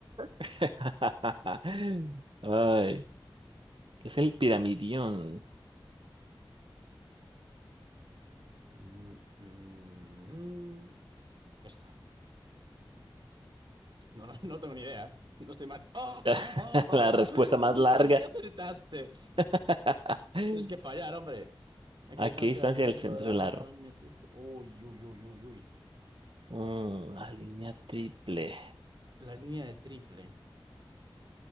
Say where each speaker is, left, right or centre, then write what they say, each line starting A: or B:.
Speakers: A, on the right (about 80°); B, on the right (about 60°).
A: <laughs> Ay, ¿qué es el piramidión?
B: Mm, mm, esta. No, no, no tengo ni idea, ¿eh? No estoy mal. ¡Oh!
A: <laughs> La respuesta
B: <laughs>
A: más larga.
B: ¿Por qué acertaste?
A: <laughs>
B: Tienes que fallar, hombre. ¿A qué
A: ¿A
B: distancia
A: qué distancia
B: del centro
A: del centro
B: del aro
A: del aro?
B: está la línea triple? Uy, uy, uy, uy, uy.
A: Mm, la línea triple.
B: La línea de triple. <sighs>